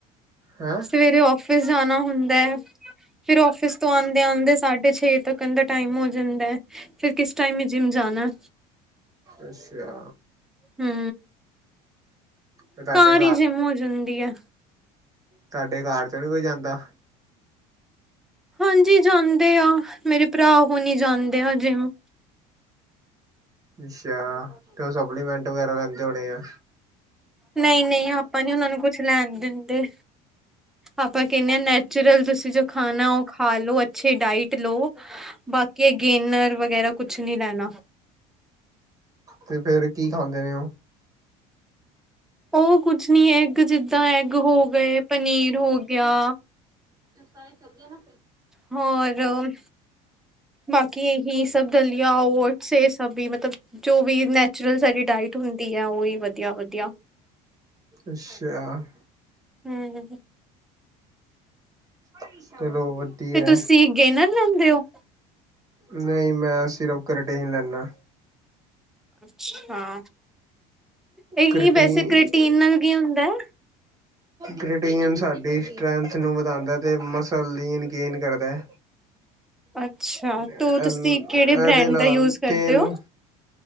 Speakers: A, on the right; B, in the centre.
A: ਹੈਂ
B: ਸਵੇਰੇ ਆਫਿਸ ਆਫਿਸ ਜਾਣਾ ਹੁੰਦਾ ਫਿਰ ਆਫਿਸ ਤੋਂ ਆਦੇ-ਆਦੇ ਸਾਡੇ ਛੇ ਤਕ ਦਾ ਟਾਈਮ ਹੋ ਜਾਂਦਾ ਫਿਰ ਕਿਸ ਟਾਈਮ ਜਿਮ ਜਾਣਾ
A: ਅੱਛਾ,
B: ਹੂੰ,
A: ਤੇ ਤੁਹਾਡੇ
B: ਘਰ ਹੀ ਜਿਮ ਹੋ ਜਾਂਦੀ ਆ।
A: ਤੁਹਾਡੇ ਘਰ ਵਿਚੋਂ ਨੀ ਕੋਈ ਜਾਂਦਾ।
B: ਹਾਂਜੀ ਜਾਦੇ ਆ ਮੇਰੇ ਭਰਾ ਹੋਣੀ ਜਾਦੇ ਆ ਜਿਮ
A: ਅੱਛਾ ਤੇ ਉਹ ਸਪਲੀਮੈਂਟ ਵਗੈਰਾ ਲੈਂਦੇ ਹੋਣੇ ਆ।
B: ਨਹੀਂ-ਨਹੀਂ ਆਪਾਂ ਨੀ ਉਹਨਾਂ ਨੂੰ ਕੁਛ ਲੈਣ ਦਿੰਦੇ। ਆਪਾਂ ਕਹਿੰਦੇ ਹਾਂ ਨੈਚੁਰਲ ਤੁਸੀਂ ਜੋ ਖਾਣਾ ਉਹ ਖਾ ਲੋ ਅੱਛੀ ਡਾਇਟ ਲੋ। ਬਾਕੀ ਗੇਨਰ ਵਗੈਰਾ ਕੁਛ ਨੀ ਲੈਣਾ।
A: ਤੇ ਫਿਰ ਕੀ, ਆਦੇ ਨੇ ਉਹ
B: ਉਹ ਕੁਛ ਨੀ ਏ ਇੱਕ ਜਿੱਦ ਤਾਂ ਐਗ ਹੋ ਗਏ, ਪਨੀਰ ਹੋ ਗਿਆ।
A: ਸਾਰੇ ਚੱਲਦੇ ਆ ਨਾ
B: ਹੋਰ ਬਾਕੀ ਇਹੀ ਸਭ ਦਲੀਆਂ, ਔਟਸ ਇਹ ਸਭ ਵੀ ਮਤਲਬ ਜੋ ਵੀ ਨੈਚੁਰਲ ਸਾਡੀ ਡਾਇਟ ਹੁੰਦੀ ਹੈ, ਉਹ ਹੀ ਵਧੀਆ ਵਧੀਆ
A: ਅੱਛਾ
B: ਹੂੰ ਹੂੰ।
A: <unintelligible> ਵਧੀਆ।
B: ਤੇ ਤੁਸੀਂ ਗੇਨਰ ਲੈਂਦੇ ਔ।
A: ਨਹੀਂ ਮੈਂ ਸਿਰਫ ਕਰੀਟੀਨ ਲੈਂਦਾ।
B: ਅੱਛਾ ਇਹ
A: ਕਰਿਟੀਨ
B: ਵੈਸੇ ਕ੍ਰਟੀਨ ਨਾਲ ਕੀ ਹੁੰਦਾ ਹੈ?
A: ਕਰਿਟੀਨ ਸਾਡੀ ਸਟਰੈਂਥ ਨੂੰ ਵਧਾਂਦਾ ਤੇ ਮਸਾ ਲੀਨ ਗੇਨ ਕਰਦਾ ਏ।
B: ਅੱਛਾ,
A: ਇਹਦੇ
B: ਤੋ ਤੁਸੀਂ ਕਿਹੜੇ ਬ੍ਰੈਂਡ
A: ਨਾਲ
B: ਦਾ ਯੂਜ ਕਰਦੇ
A: ਤਿੰਨ
B: ਹੋ?